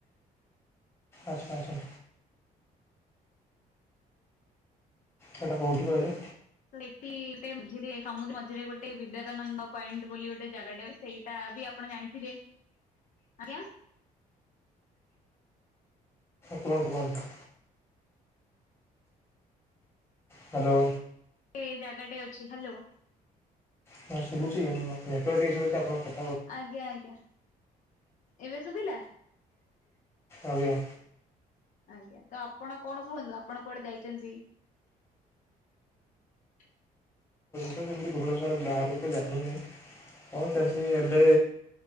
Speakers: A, on the left; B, on the left.
A: ଆଚ୍ଛା ଆଚ୍ଛା। ସେଇଟା କେଉଁଠି କହିଲେ?
B: ତ <unintelligible> ମଝିରେ ସମୁଦ୍ର ମଝିରେ ଗୋ ଗୋଟେ ବିବେକାନନ୍ଦ ପଏଣ୍ଟ ବୋଲି ଗୋଟେ ଜାଗାଟା ଅଛି, ସେଇଟା ବି ଆପଣ ଜାଣିଥିବେ। ଆଜ୍ଞା।
A: କୁହନ୍ତୁ କୁହନ୍ତୁ? ହ୍ୟାଲୋ।
B: ଏଇ ଜାଗାଟେ ଅଛି, ହ୍ୟାଲୋ।
A: ହଁ ଶୁଭୁଛିି, ନେଟୱାର୍କ <unintelligible> ଆପଣଙ୍କର।
B: ଆଜ୍ଞା ଆଜ୍ଞା। ଏବେ ଶୁଭିଲା?
A: ଆଜ୍ଞା।
B: ଆଜ୍ଞା ତ ଆପଣ କଣ କୁହନ୍ତୁ, ଆପଣ କୁଆଡେ ଯାଇଛନ୍ତି? ସେଇ। <inaudible>
A: ଯେମିତି ଭୁବନେଶ୍ୱର ଗାଁ ରେ ଏତେ <unintelligible> ଏବେ